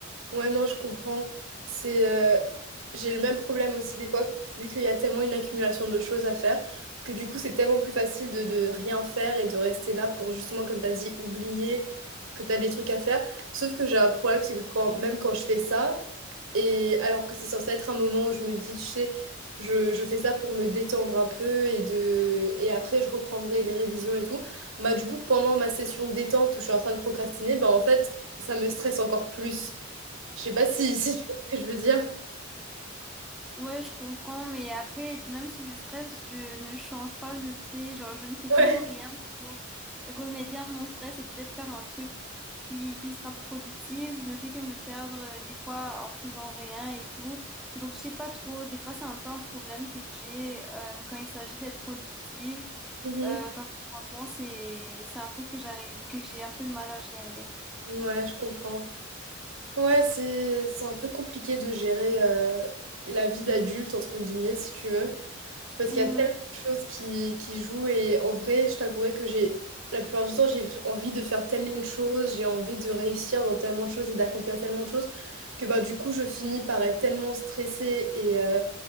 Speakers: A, on the right; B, in the centre.
A: Ouais, non, je comprends. C'est, euh, j'ai le même problème aussi des fois, vu qu'il y a tellement une accumulation de choses à faire, que du coup, c'est tellement plus facile de, de rien faire et de rester là pour justement, comme tu as dit, oublier que tu as des trucs à faire. Sauf que j'ai un problème, c'est que quand, même quand je fais ça, et alors que c'est censé être un moment où je me dis, tu sais, je, je fais ça pour me détendre un peu et, de, et après, je reprendrai les révisions et tout, bah du coup, pendant ma session détente où je suis en train de procrastiner, bah en fait, ça me stresse encore plus. Je sais pas si, si tu vois ce que je veux dire.
B: Ouais, je comprends, mais après, même si je stresse, je ne change pas le fait, genre, je ne fais
A: Ouais.
B: toujours rien pour remédier à mon stress et peut-être faire un truc qui, qui sera productif. Je ne fais que me perdre euh, des fois en faisant rien et tout. Donc, je sais pas trop, des fois, c'est un peu un problème que j'ai euh, quand il s'agit d'être productive,
A: Mhm.
B: euh, parce que franchement, c'est, c'est un truc que j'arrive, que j'ai un peu de mal à gérer.
A: Ouais, je comprends. Ouais, c'est c'est un peu compliqué de gérer euh, la vie d'adulte, entre guillemets, si tu veux, parce
B: Mhm.
A: qu'il y a tellement de choses qui, qui jouent et en vrai, je t'avouerai que j'ai, la plupart du temps, j'ai envie de faire tellement de choses, j'ai envie de réussir dans tellement de choses et d'accomplir tellement de choses que bah, du coup, je finis par être tellement stressée et, euh,